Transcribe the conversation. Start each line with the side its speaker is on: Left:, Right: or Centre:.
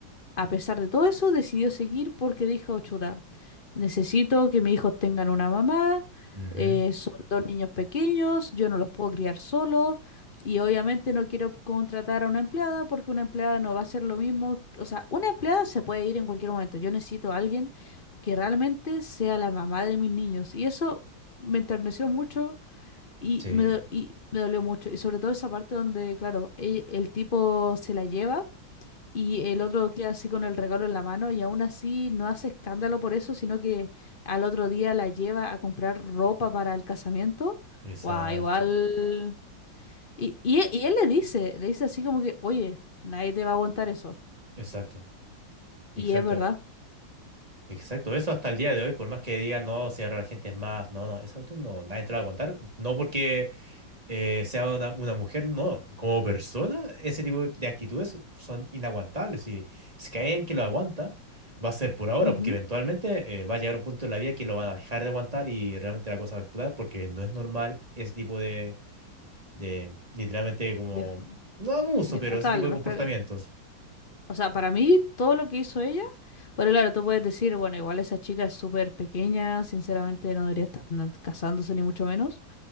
Left: a pesar de todo eso, decidió seguir porque dijo, chuta, necesito que mis hijos tengan una mamá,
Right: ujú.
Left: eh, son dos niños pequeños, yo no los puedo criar solo y obviamente no quiero contratar a una empleada porque una empleada no va a hacer lo mismo. O sea, una empleada se puede ir en cualquier momento. Yo necesito a alguien que realmente sea la mamá de mis niños y eso me enterneció mucho. Y
Right: Sí,
Left: me, do- y me dolió mucho. Y sobre todo esa parte donde, claro, e- el tipo se la lleva y el otro queda así con el regalo en la mano y aún así no hace escándalo por eso, sino que al otro día la lleva a comprar ropa para el casamiento.
Right: exacto,
Left: Guau, igual. Y, y, e- y él le dice, le dice así como que, oye, nadie te va a aguantar eso.
Right: exacto, exacto,
Left: Y es verdad.
Right: exacto. Eso hasta el día de hoy, por más que digan, no, si ahora la gente es más, no, no, esa cuestión no, nadie te la va a aguantar. No porque eh, sea una, una mujer, no. Como persona, ese tipo de, de actitudes son inaguantables. Y si que hay alguien que lo aguanta, va a ser por ahora,
Left: Ujú.
Right: porque eventualmente eh, va a llegar un punto en la vida que lo van a dejar de aguantar y realmente la cosa va a explotar, porque no es normal ese tipo de, de literalmente como,
Left: De, f-
Right: no abuso,
Left: de
Right: pero
Left: falta
Right: ese tipo
Left: al respeto.
Right: de comportamientos.
Left: O sea, para mí todo lo que hizo ella, pero claro, tú puedes decir, bueno, igual esa chica es súper pequeña, sinceramente no debería estar na- casándose ni mucho menos.